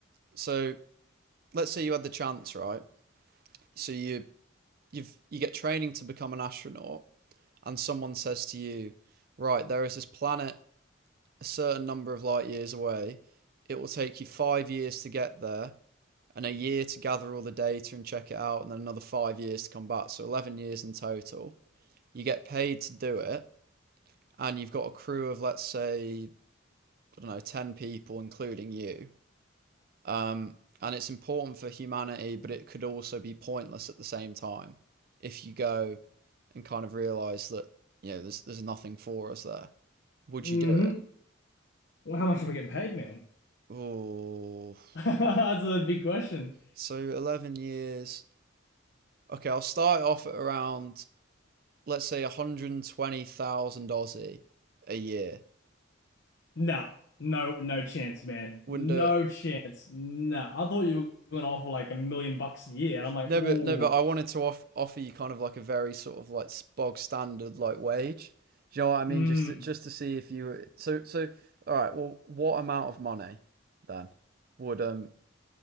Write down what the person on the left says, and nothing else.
hmm
Well, how much am we getting paid, man?
<laughs> That's a big question.
Nah, no, no chance, man.
No
chance. Nah. I thought you were going to offer like a million bucks a year, and I'm like,
ooh,
mm.